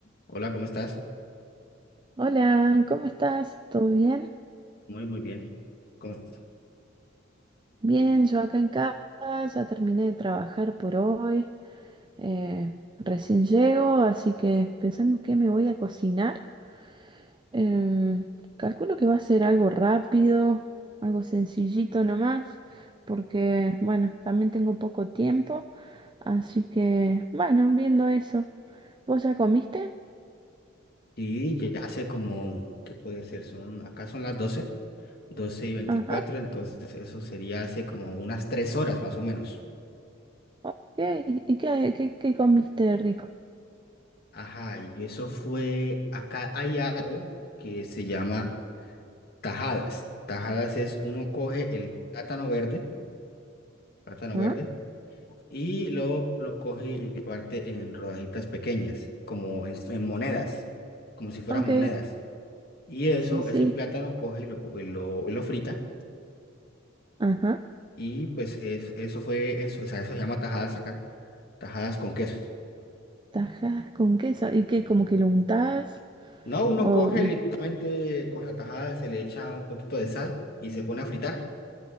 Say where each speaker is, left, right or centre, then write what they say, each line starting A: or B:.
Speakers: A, on the left; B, on the right.
A: Hola, ¿cómo estás?
B: Hola, ¿cómo estás? ¿Todo bien?
A: Muy, muy bien. ¿Cómo estás?
B: Bien, yo acá en casa, ya terminé de trabajar por hoy, eh, recién llego, así que pensando qué me voy a cocinar, em, calculo que va a ser algo rápido, algo sencillito nomás, porque bueno, también tengo poco tiempo, así que bueno, viendo eso. ¿Vos ya comiste?
A: Sí, ya hace como, ¿qué puede ser? Son, acá son las 12, doce y veinticuatro.
B: Ajá,
A: entonces eso sería hace como unas 3 horas más o menos.
B: ok, ¿y qué, qué, qué comiste rico?
A: Ajá, y eso fue, acá hay algo que se llama tajadas. Tajadas es uno coge el plátano verde, plátano
B: Ah,
A: verde, y luego lo coge y lo parte en rodajitas pequeñas, como en, en monedas, como si fueran
B: Ok,
A: monedas. Y eso,
B: sí, sí,
A: ese plátano coge y lo, po- y lo, y lo frita.
B: ajá.
A: Y pues es, eso fue eso. O sea, eso se llama tajadas acá. Tajadas con queso.
B: Tajas con queso. ¿Y que como que lo untás?
A: No, uno
B: O
A: coge,
B: le...
A: literalmente coge la tajada, se le echa un poquito de sal y se pone a fritar.